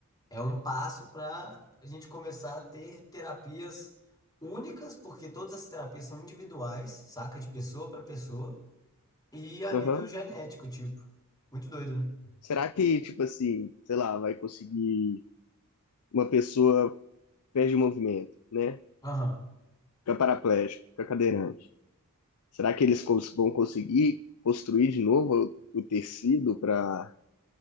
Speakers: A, on the left; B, on the left.
A: é um passo para a gente começar a ter terapias únicas, porque todas as terapias são individuais, saca? De pessoa para pessoa, e a
B: Aham.
A: nível genético, tipo. Muito doido, né?
B: Será que, tipo assim, sei lá, vai conseguir uma pessoa perde o movimento, né?
A: Aham.
B: Fica paraplégico, fica cadeirante. Será que eles cons- vão conseguir construir de novo o tecido para.